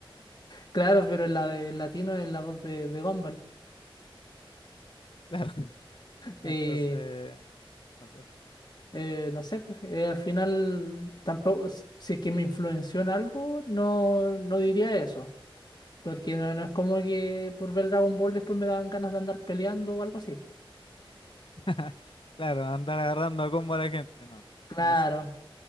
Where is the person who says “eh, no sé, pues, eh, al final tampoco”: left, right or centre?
Left